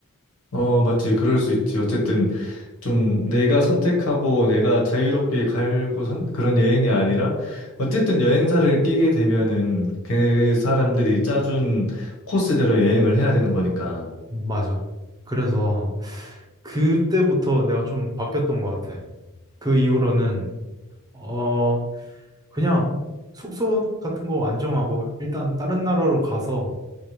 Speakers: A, on the left; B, on the right.
A: 어, 맞지. 그럴 수 있지. 어쨌든 좀 내가 선택하고 내가 자유롭게 갈고 선, 그런 여행이 아니라 어쨌든 여행사를 끼게 되면은 그 사람들이 짜준 코스대로 여행을 해야 되는 거니까.
B: 음, 맞아. 그래서 그때부터 내가 좀 바뀌었던 것 같아. 그 이후로는 어 그냥 숙소 같은 거 안 정하고 일단 다른 나라로 가서